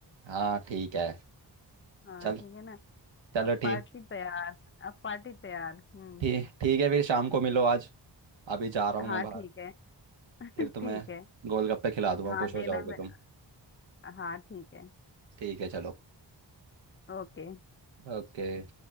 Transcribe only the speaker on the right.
हाँ ठीक है
चल
चलो
ठीक
ठीक ठीक है फिर शाम को मिलो आज अभी जा रहा हूँ
मैं बाहर
फिर
तुम्हें
गोलगप्पे खिला दूंगा
खुश हो
जाओगे
तुम
ठीक है चलो
ओके